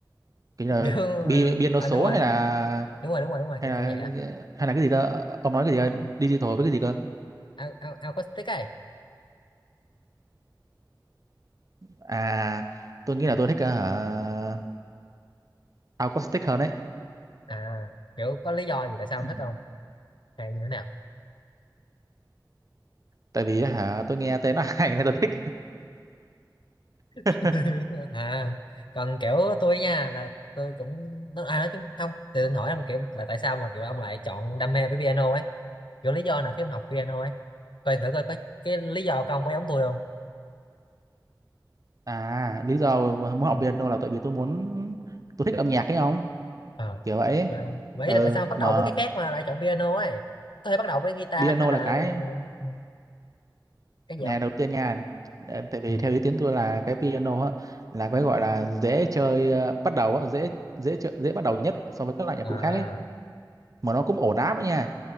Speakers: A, on the right; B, on the left.
A: kiểu như là
B: kiểu ờ,
A: pi- piano
B: à,
A: số
B: đúng rồi
A: hay là
B: đúng rồi đúng rồi đúng rồi
A: hay
B: kiểu
A: là
B: kiểu vậy á
A: hay là cái gì đó ông nói cái gì đó,
B: Ừ.
A: digital với cái gì cơ
B: Ao- ao- acoustic ấy
A: à tôi nghĩ
B: Ừ.
A: là tôi thích ờ, hả acoustic hơn đấy
B: à kiểu có lý do gì tại sao ông
A: Ừ.
B: thích không hay như thế nào
A: tại vì hả tôi nghe tên nó <laughs> hay nên tôi thích <laughs>
B: <laughs> à còn kiểu tôi nha là tôi cũng nói- à nói chung không tôi định hỏi ông kiểu là tại sao mà kiểu ông lại chọn đam mê với piano ấy kiểu lý do nào khi ông học piano ấy coi thử coi có cái lý do của ông có giống tôi không
A: À, lý do muốn học
B: Ừ.
A: piano là tại vì tôi muốn tôi thích âm nhạc ấy không?
B: Ờ.
A: Kiểu vậy.
B: Mà, mà
A: Ừ,
B: ý là tại sao không bắt
A: mà
B: đầu với cái khác mà lại chọn piano ấy có thể bắt đầu với guitar
A: piano
B: hay là
A: là cái
B: ừ, cái gì
A: nè
B: không
A: đầu tiên nha, ờ, tại vì
B: Ừ.
A: theo ý kiến tôi là cái piano á là cái gọi
B: Ừ.
A: là dễ chơi ờ, bắt đầu á, dễ dễ chơi, dễ bắt đầu nhất so với các loại nhạc
B: à
A: cụ khác ấy, mà nó cũng ổn áp nữa nha.